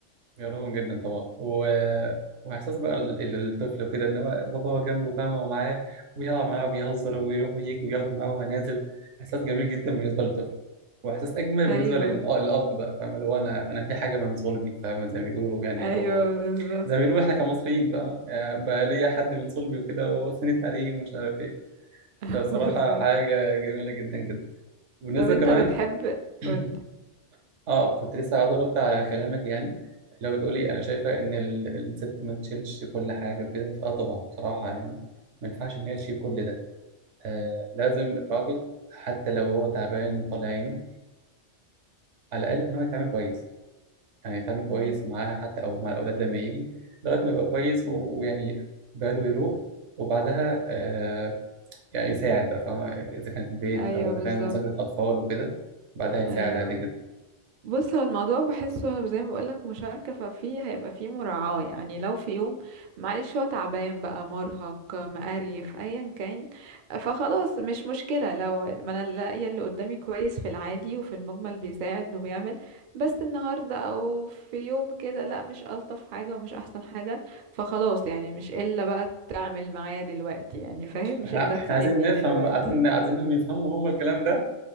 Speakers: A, on the right; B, on the right.
A: بيقربهم جدا طبعا و... واحساس بقى ال- ال- الطفل وكده ان هو بابا هو جنبه فاهمه ومعاه وبيلعب معاه وبيهزر ويروح ويجي وياخده معاه وهو نازل احساس جميل جدا بالنسبه للطفل واحساس اجمل
B: ايوه
A: بالنسبه لل- آه، للاب بقى فاهمه لو انا انا في حاجه من صلبي فاهمه زي ما بيقولوا يعني
B: ايوه
A: او
B: بالظبط
A: زي ما بيقولوا احنا كمصريين فاهمه آه، بقى ليا حد من صلبي وكده وسندت عليه ومش عارف ايه
B: <laughs>
A: فبصراحه
B: بالظبط
A: حاجه جميله جدا جدا وبالنسبه
B: طب انت
A: كمان
B: بتحب
A: <clears throat>
B: قولي
A: اه كنت لسه عايز ارد على كلامك يعني اللي هو بتقولي انا شايفه ان ال- الست ما تشيلش كل حاجه وكده فاه طبعا بصراحه يعني ما ينفعش ان هي تشيل كل ده آه لازم الراجل حتى لو هو تعبان وطالع عينه على الاقل ان هو يتعامل كويس يعني يتعامل كويس
B: مم.
A: معاها حتى او مع الاولاد لما يجي لغايه ما يبقى كويس و- ويعني باله يروق وبعدها آه يعني يساعد بقى فاهمه اذا كان في البيت
B: ايوه
A: او اذا
B: بالظبط
A: كان مذاكره اطفال وكده بعدها يساعد
B: ايوه
A: عادي جدا
B: بص هو الموضوع بحسه زي ما بقولك مشاركة ففيه هيبقى فيه مراعاة يعني لو في يوم معلش هو تعبان بقى مرهق مقريف ايا كان فخلاص مش مشكلة لو ما انا لاقية اللي قدامي كويس في العادي وفي المجمل بيساعد وبيعمل بس النهاردة او في يوم كده لا مش ألطف حاجة ومش احسن حاجة فخلاص يعني مش الا بقى تعمل معايا دلوقتي يعني فاهم مش
A: احنا
B: الا
A: احنا
B: تساعدني
A: عايزين نفهم
B: دلوقتي
A: بقى عايزين عايزينهم يفهموا هم الكلام ده